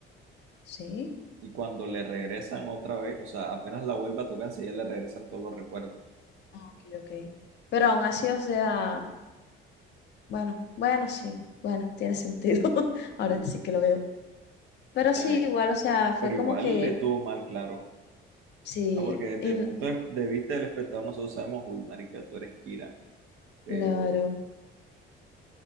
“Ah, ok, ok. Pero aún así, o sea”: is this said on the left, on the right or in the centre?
Left